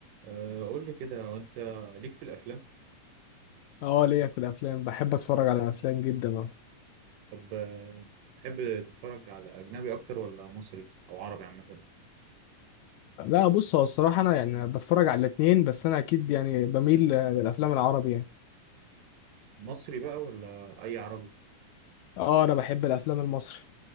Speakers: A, on the right; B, on the left.
A: آه، قول لي كده وانت ليك في الافلام
B: اه ليا في الافلام بحب اتفرج على الافلام جدا اه
A: طب آه، تحب تتفرج على اجنبي اكتر ولا مصري او عربي عامه
B: لا بص هو الصراحه انا يعني بتفرج على الاثنين بس انا اكيد يعني بميل آه، للافلام العربي يعني
A: مصري بقى ولا اي عربي
B: اه انا بحب الافلام المصري